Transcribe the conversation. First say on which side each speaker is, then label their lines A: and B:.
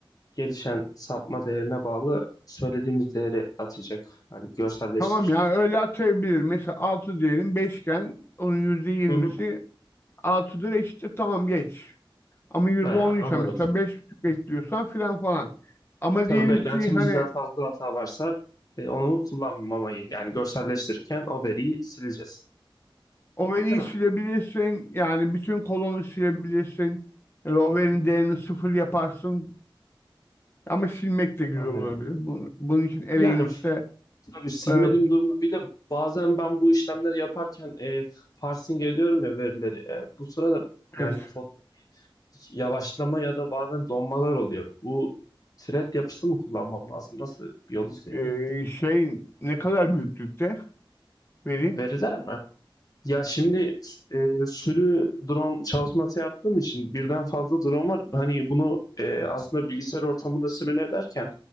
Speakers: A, on the left (about 45°); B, on the left (about 25°).
A: gelişen sapma değerine bağlı söylediğimiz değeri atacak. Hani görselleştirirken.
B: Tamam ya öyle atayabilir. Mesela 6 diyelim beşken onun yüzde yirmisi
A: Hı hı.
B: altıdır eşittir tamam geç. Ama %10
A: Ee,
B: ise
A: anladım.
B: mesela 5,5 bekliyorsan filan falan. Ama
A: Tabii
B: diyelim
A: beklentimizden
B: ki hani
A: fazla hata varsa e, onu kullanmamayı yani görselleştirirken o veriyi sileceğiz.
B: overi
A: Değil mi?
B: silebilirsin yani bütün kolonu silebilirsin. Yani overin
A: Hı hı.
B: değerini sıfır yaparsın. Ama silmek de güzel
A: Anlıyorum.
B: olabilir. Bu- Bunun, için array'in
A: Yani f-
B: işte
A: tabii silmediğim
B: e,
A: durumda bir de bazen ben bu işlemleri yaparken e, parsing ediyorum ya verileri. E, bu sırada yani
B: evet,
A: kodda hiç yavaşlama ya da bazen donmalar oluyor. Bu thread yapısı mı kullanmam lazım? Nasıl bir yol izleyebilirim?
B: e, şey ne kadar büyüklükte veri?
A: Veriler mi? Ya şimdi e, sürü drone çalışması yaptığım için birden fazla drone var. Hani bunu e, aslında bilgisayar ortamında simüle ederken